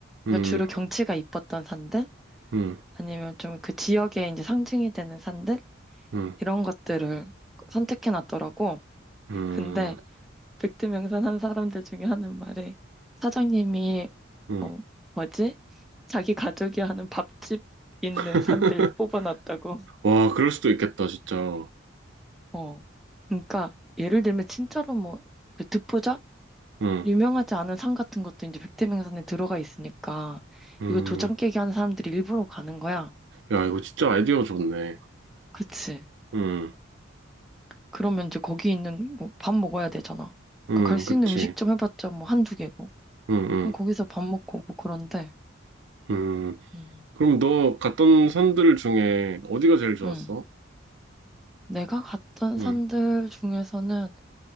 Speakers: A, on the right; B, in the centre.
A: 음,
B: 그러니까 주로 경치가 이뻤던 산들,
A: 음,
B: 아니면 좀 그 지역의 이제 상징이 되는 산들,
A: 음,
B: 이런 것들을 선택해 놨더라고.
A: 음,
B: 근데 백두명산 한 사람들 중에 하는 말이 사장님이,
A: 음.
B: 어, 뭐지? 자기 가족이 하는 밥집 있는
A: <laughs>
B: 산들 뽑아놨다고.
A: 와, 그럴 수도 있겠다, 진짜. 어,
B: 어. 그러니까 예를 들면 진짜로 뭐, 그 듣보잡?
A: 음,
B: 유명하지 않은 산 같은 것도 이제 백태명산에 들어가 있으니까
A: 음.
B: 이거 도장 깨기 하는 사람들이 일부러 가는 거야.
A: 야, 이거 진짜 아이디어 좋네.
B: 그치.
A: 음,
B: 그러면 이제 거기 있는 뭐 밥 먹어야 되잖아.
A: 음,
B: 그러니까 갈 수
A: 그치.
B: 있는 음식점 해봤자 뭐 한두 개고.
A: 음, 음,
B: 그럼 거기서 밥 먹고 오고 그런데,
A: 음.
B: 음,
A: 그럼 너 갔던 산들 중에 어디가 제일 좋았어?
B: 음. 내가 갔던
A: 음,
B: 산들 중에서는,